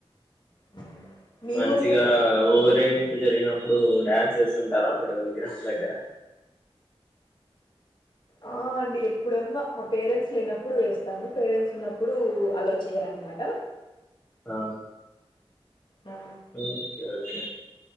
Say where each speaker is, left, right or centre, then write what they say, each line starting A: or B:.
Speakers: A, on the left (about 45°); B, on the left (about 20°).
A: హ్మ్. మీ
B: మంచిగా
A: ఊర్లోను?
B: ఊరేగిం. ఇప్పుడు జరిగినప్పుడు డ్యాన్స్యేస్తుంటారా మీరు విగ్రహం దగ్గర.
A: ఆ అండి ఎప్పుడన్నా మా పేరెంట్స్ లేనప్పుడు వేస్తాము పేరెంట్స్ ఉన్నప్పుడు అలో చేయరనమాట.
B: ఆ
A: ఆ
B: ఓకే ఓకే